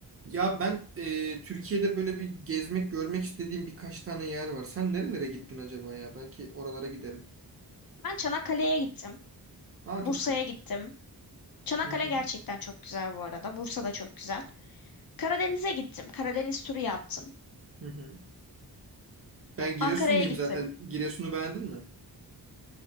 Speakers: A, on the right; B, on the left.
A: Ya ben e, Türkiye'de böyle bir gezmek, görmek istediğim birkaç tane yer var. Sen nerelere gittin acaba ya? Belki oralara giderim.
B: Ben Çanakkale'ye gittim.
A: Aa
B: Bursa'ya
A: çok güzel.
B: gittim. Çanakkale
A: Hı hı,
B: gerçekten çok güzel bu arada. Bursa da çok güzel. Karadeniz'e gittim. Karadeniz turu yaptım.
A: hı hı. Ben Giresunluyum
B: Ankara'ya gittim.
A: zaten. Giresun'u beğendin mi?